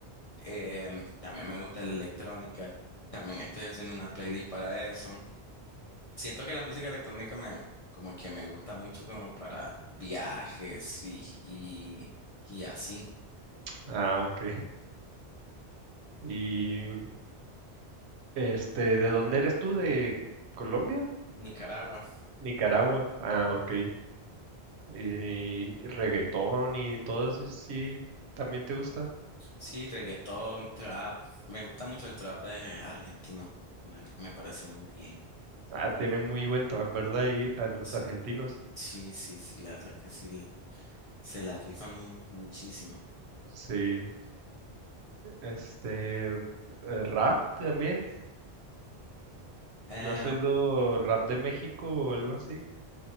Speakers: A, on the left; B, on the right.
A: Em, también me gusta la electrónica, también estoy haciendo una playlist para eso. Siento que la música electrónica me como que me gusta mucho como para viajes y, y, y así.
B: Ah, ok. Y este, ¿de dónde eres tú? ¿De Colombia?
A: Nicaragua.
B: Nicaragua. Ah, ok. ¿Y reggaetón y todo eso sí también te gusta?
A: Sí, reggaetón, trap. Me gusta mucho el trap eh, argentino. La verdad me parece muy bien.
B: Ah, tiene muy buen trap, ¿verdad? Y a los
A: Sí,
B: argentinos.
A: sí, sí, sí, la verdad que sí. la- Se la rifan mu- muchísimo.
B: Sí. Este, eh, rap también.
A: Eh,
B: ¿No has oído rap de México o algo así?